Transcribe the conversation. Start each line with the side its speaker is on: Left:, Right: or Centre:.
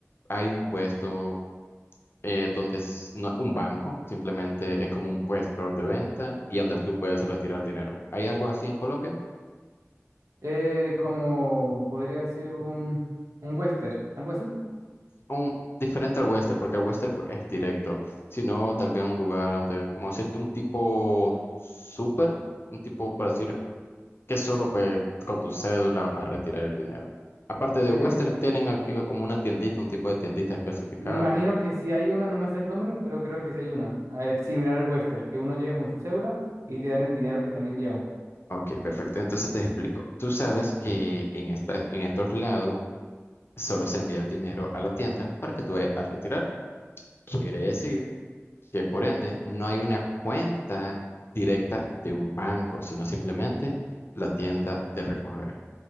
Left: hay un puesto eh, donde es- no es un banco, simplemente es como un puesto de venta y donde tú puedes retirar dinero. ¿Hay algo así en Colombia?
Right: Eh, como podría ser un, un western, algo así.
Left: un- diferente al western, porque el western pues, es directo, sino tal vez un lugar donde, como decir un tipo súper, un tipo, para decir, que solo pues con tu cédula a retirar el dinero. Aparte de
Right: Eh,
Left: Western, tienen aquí como una tiendita, un tipo de tiendita especificada.
Right: me imagino que sí hay una, no me sé el nombre, pero creo que sí hay una, eh, similar al western, que uno llega con su cédula y te dan el dinero que te han enviado.
Left: Ok, perfecto. Entonces te explico. Tú sabes que en esta, en estos lados solo se envía el dinero a la tienda para que tú vayas a retirar. Quiere decir que por ende no hay una cuenta directa de un banco, sino simplemente la tienda de recoger.